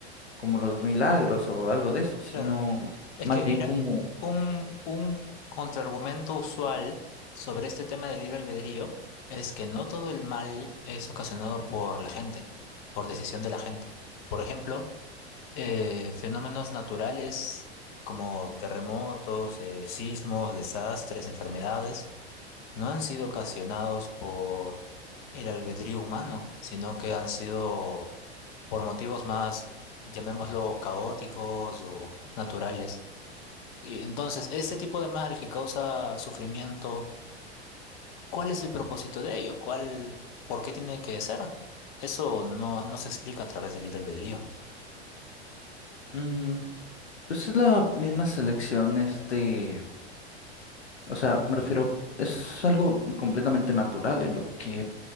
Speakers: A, on the left (about 80°); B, on the left (about 45°).
A: como los milagros o algo de eso, sino
B: claro Es
A: más
B: que,
A: bien
B: mira,
A: como
B: un, un contraargumento usual sobre este tema del libre albedrío es que no todo el mal es ocasionado por la gente, por decisión de la gente. Por ejemplo, eh, fenómenos naturales como terremotos, eh, sismos, desastres, enfermedades, no han sido ocasionados por el albedrío humano, sino que han sido por motivos más, llamémoslo, caóticos o naturales. Y entonces, este tipo de mal que causa sufrimiento, ¿cuál es el propósito de ello? ¿Cuál, por qué tiene que ser? Eso no, no se explica a través del libre albedrío.
A: mm, pues es la misma selección, este, o sea, me refiero, es algo completamente natural en lo que